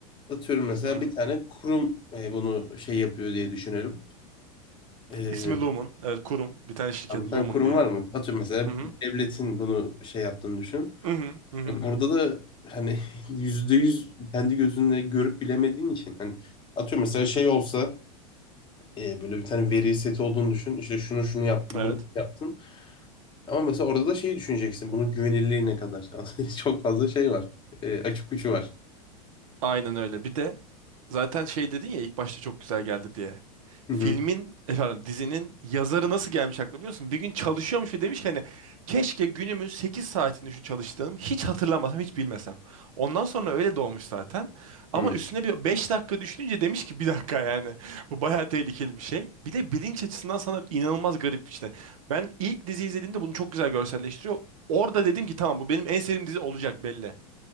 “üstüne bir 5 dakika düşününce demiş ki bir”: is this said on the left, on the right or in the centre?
Right